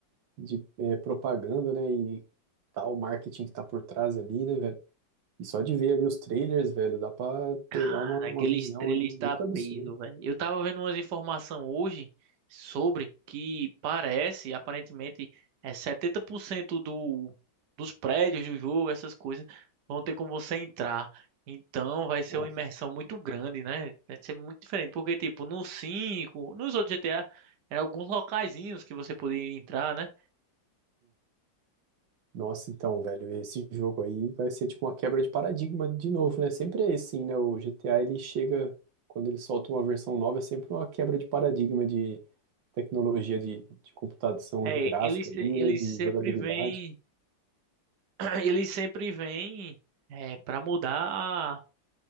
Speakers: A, on the right; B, on the right.
A: de eh, propaganda, né? E tal marketing que tá por trás ali, né, velho? E só de ver ali os trailers, velho, dá pra
B: Cara,
A: pegar uma, uma
B: aquele
A: visão
B: estrela
A: ali
B: está
A: muito absurda.
B: peso, velho. Eu tava vendo umas informações hoje sobre que parece, aparentemente, é 70% do, dos prédios do jogo, essas coisas, vão ter como você entrar. Então vai ser
A: Nossa.
B: uma imersão muito grande, né? Vai ser muito diferente, porque, tipo, no 5 nos outros GTA, eram alguns locaizinhos que você poderia entrar, né?
A: Nossa, então, velho, esse jogo aí vai ser tipo uma quebra de paradigma de novo, né? Sempre é assim, né? O GTA ele chega, quando ele solta uma versão nova, é sempre uma quebra de paradigma de tecnologia de, de computação
B: É,
A: gráfica
B: eles, se-
A: ali,
B: eles
A: né? De
B: sempre
A: jogabilidade.
B: vêm, <clears throat> eles sempre vêm, é, pra mudar